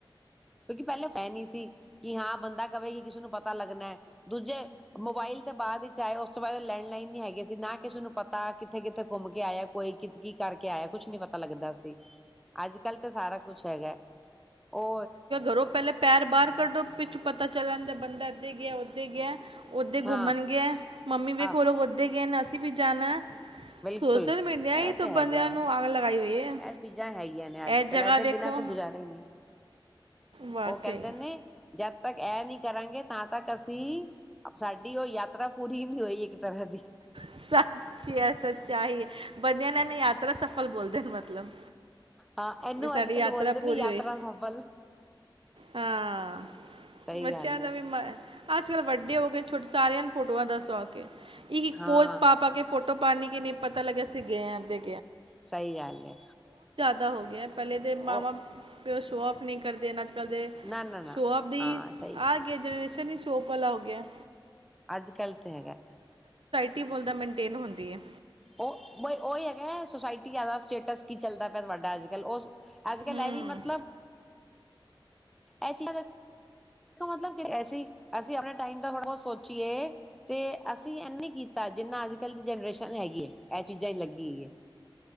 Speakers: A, in the centre; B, on the right.
A: ਕਿਉਂਕਿ ਪਹਿਲੇ ਹੈ ਨੀ ਸੀ ਕਿ ਹਾਂ ਬੰਦਾ ਕਵੇ ਕਿ ਕਿਸੇ ਨੂੰ ਪਤਾ ਲੱਗਣਾ ਦੂਜੇ ਮੋਬਾਇਲ ਤੇ ਬਾਅਦ ਵਿੱਚ ਆਏ ਉਸ ਤੋਂ ਬਾਅਦ ਲੈਂਡਲਾਈਨ ਨੀ ਹੈਗੇ ਸੀ, ਨਾ ਕਿਸੇ ਨੂੰ ਪਤਾ ਕਿੱਥੇ ਕਿੱਥੇ ਘੁੰਮ ਕੇ ਆਇਆ ਕੋਈ ਕਿ ਕੀ ਕਰਕੇ ਆਇਆ ਕੁਛ ਨੀ ਪਤਾ ਲੱਗਦਾ ਸੀ, ਅੱਜ ਕੱਲ ਤਾਂ ਸਾਰਾ ਕੁਛ ਹੈਗਾ ਔ
B: ਘਰੋ ਪਹਿਲੇ ਪੈਰ ਬਾਹਰ ਕੱਢੋ ਪਿੱਛੋਂ ਪਤਾ ਚੱਲ ਜਾਂਦਾ ਬੰਦਾ ਇੱਧੇ ਗਿਆ ਉਥੇ ਗਿਆ। ਓਦੇ
A: ਹਾਂ
B: ਘੁੰਮਣ ਗਯਾ ਮੰਮੀ ਵੇਖੋ
A: ਆਹ
B: ਔ ਲੋਗ ਉਥੇ ਕੇਨ ਅਸੀਂ ਵੀ ਜਾਨਾ
A: ਬਿਲਕੁਲ
B: ਸੋਸਲ ਮੀਡੀਆ
A: ਇਹ
B: ਹੀ ਤੋਂ
A: ਤੇ
B: ਬੰਦਿਆਂ
A: ਹੈਗਾ ਹੈ
B: ਨੂੰ ਅੱਗ ਲਗਾਈ ਹੋਈ, ਹੈ
A: ਇਹ ਚੀਜ਼ਾਂ ਹੈਗੀਆਂ। ਅੱਜ
B: ਇਹ
A: ਕੱਲ
B: ਜਗ੍ਹਾ
A: ਏਦੇ
B: ਵੇਖੋ
A: ਬਿਨਾਂ ਤੇ ਗੁਜ਼ਾਰਾ ਹੀ ਨਹੀਂ।
B: ਵਾਕਈ
A: ਉਹ ਕਹਿੰਦੇ ਨੇ ਜਦ ਤੱਕ ਏ ਨੀ ਕਰਾਂਗੇ ਤਾਂ ਤੱਕ ਅਸੀਂ ਸਾਡੀ ਔ ਯਾਤਰਾ ਪੂਰੀ ਹੀ ਨੀ ਹੋਈ। ਤਰ੍ਹਾਂ ਦੀ
B: ਸੱਚ ਏ ਸੱਚਾਈ ਹੈ <unintelligible> ਯਾਤਰਾ ਸਫਲ ਬੋਲਦੇ ਨੇ ਮਤਲਬ
A: ਹਾਂ ਇਨੂੰ
B: ਕਿ ਸਾਡੀ
A: ਅੱਜ ਕੱਲ
B: ਯਾਤਰਾ
A: ਬੋਲਦੇ ਨੇ
B: ਪੂਰੀ
A: ਯਾਤਰਾ
B: ਹੋਈ
A: ਸਫਲ।
B: ਹਾਂ
A: ਸਹੀ
B: ਬੱਚਿਆਂ
A: ਗੱਲ ਹੈ
B: ਦਾ ਵੀ ਮ ਅੱਜ ਕੱਲ੍ਹ ਵੱਡੇ ਹੋ ਗਏ ਛੋਟੇ ਸਾਰਿਆਂ ਨੂੰ ਫੋਟੋਆਂ ਦਾ <unintelligible> ਇੱਕ-ਇੱਕ
A: ਹਾਂ
B: ਪੋਜ ਪਾ-ਪਾ ਕੇ ਫੋਟੋ, ਪਾਣੀ ਕਿ ਨਹੀਂ ਪਤਾ ਲੱਗਿਆ ਅਸੀ ਗਏ ਆ ਤੇ,
A: ਸਹੀ ਗੱਲ ਹੈ।
B: ਪਤਾ ਹੋ <unintelligible> ਪਹਿਲੇ ਤੇ ਮਾਵਾਂ
A: ਉਹ
B: ਫੇਰ ਔ ਸ਼ੋ ਆਫ ਨਹੀਂ ਕਰਦੇ ਨਾ ਜੀ। ਕਦੇ
A: ਨਾ ਨਾ ਨਾ
B: ਸ਼ੋਆ ਆਫ ਦੀ
A: ਹਾਂ ਸਹੀ
B: ਆ <unintelligible> <unintelligible> ਨੀ ਸੋਪ ਵਾਲਾ ਹੋ ਗਿਆ।
A: ਅੱਜ ਕੱਲ ਤੇ ਹੈਗਾ।
B: ਟੀ ਬੋਲਦਾ ਮੇਨਟੇਨ ਹੁੰਦੀ ਹੈ।
A: ਉ ਬਈ ਉਈ ਹੈਗਾ ਸੁਸਾਇਟੀਆਂ ਦਾ ਸਟੇਟਸ ਕੀ ਚੱਲਦਾ ਪਿਆ ਤੁਹਾਡਾ ਅੱਜ ਕੱਲ੍ਹ ਉਹ ਅੱਜ ਕੱਲ੍ਹ
B: ਹੂੰ,
A: ਏ ਵੀ ਮਤਲਬ ਇਹ ਚੀਜ਼ਾਂ ਕ ਮਤਲਬ ਕਿ ਅਸੀ ਅਸੀਂ ਆਪਣੇ ਟਾਈਮ ਦਾ ਥੋੜ੍ਹਾ ਬਹੁਤ ਸੋਚੀਏ ਤੇ ਅਸੀਂ ਏਨੀ ਕੀਤਾ ਜਿੰਨਾ ਅੱਜ ਕੱਲ ਦੀ ਜਨਰੇਸ਼ਨ ਹੈਗੀ ਹੈ ਇਹ ਚੀਜ਼ਾਂ ਚ ਲੱਗੀ ਈ ਏ।